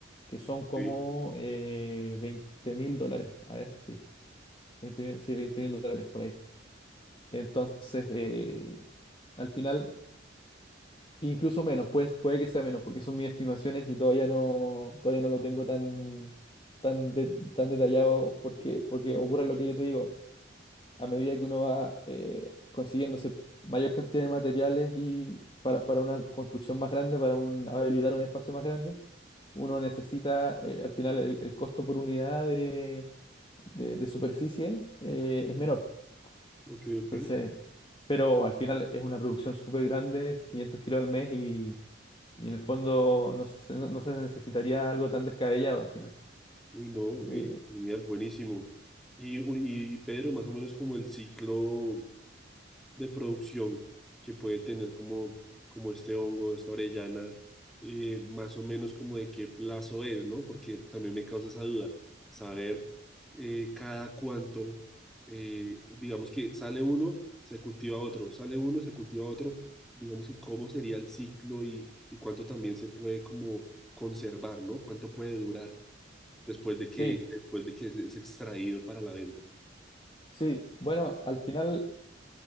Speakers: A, on the left; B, in the centre.
A: que son como
B: ok,
A: eh, 20 mil dólares. A ver, sí, 20, mil- sí, 20 mil dólares por ahí. Entonces, eh, al final, incluso menos, pues puede que sea menos, porque son mis estimaciones y todavía no, todavía no lo tengo tan, tan, de- tan detallado porque, porque ocurre lo que yo te digo a medida que uno va eh, consiguiéndose mayor cantidad de materiales y para, para una construcción más grande, para un, habilitar un espacio más grande, uno necesita eh, al final el, el costo por unidad de, de- de superficie eh, es menor.
B: ok, ok.
A: Entonces, pero al final es una producción súper grande, es 500 kilos al mes y, y en el fondo no se, no- no se necesitaría algo tan descabellado al final.
B: Uy, no,
A: Eh,
B: eh, genial, buenísimo. Y, u- y, y Pedro, más o menos como el ciclo de producción que puede tener como, como este hongo, esta orellana, eh, más o menos como de qué plazo es, ¿no? Porque también me causa esa duda, saber eh, cada cuánto, eh, digamos que sale uno, se cultiva otro, sale uno, se cultiva otro, digamos que cómo sería el ciclo y, y cuánto también se puede como conservar, ¿no? ¿Cuánto puede durar? después de que,
A: sí,
B: después de que es, es extraído para la venta.
A: sí, bueno, al final